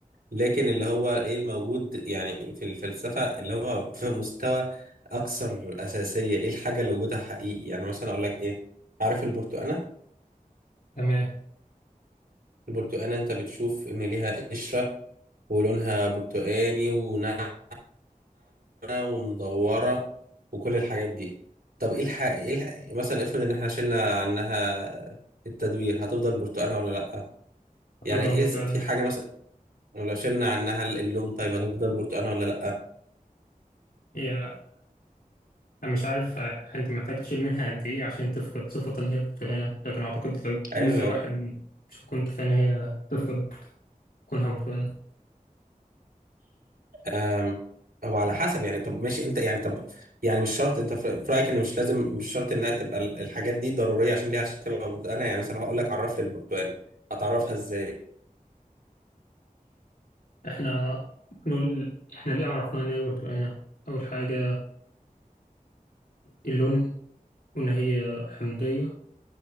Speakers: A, on the right; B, on the left.
A: لكن اللي هو ايه الموجود يعني في الفلسفه اللي هو في مستوى اكثر اساسيه ايه الحاجه اللي وجودها حقيقي يعني مثلا اقول لك ايه عارف البرتقانه
B: تمام
A: البرتقانة انت بتشوف ان ليها قشرة ولونها برتقاني وناعمة ومدورة وكل الحاجات دي طب ايه الح... ايه الح... مثلا افرض ان احنا شلنا عنها التدوير هتفضل برتقانة ولا لأ
B: هتفضل
A: يعني ايه
B: برتقانة
A: س- في حاجة مثلا ولو شلنا عنها اللون طيب هتفضل برتقانة ولا لأ
B: هي أنا مش عارف ه- أنت محتاج تشيل منها قد إيه عشان تفقد صفة إن هي برتقانة لكن أعتقد لو
A: ايوه
B: جزء واحد مش هيكون كفاية إن هي تفقد كونها برتقانة
A: أم، او على حسب يعني طب ماشي انت يعني طب يعني مش شرط انت في في رايك ان مش لازم مش شرط انها تبقى ال- الحاجات دي ضروريه عشان ليها عشان تبقى برتقانه يعني مثلا هقول لك عرف لي البرتقانه هتعرفها ازاي
B: إحنا ممكن نقول إحنا ليه عرفنا إن هي برتقانة أول حاجة اللون وإن هي حمضية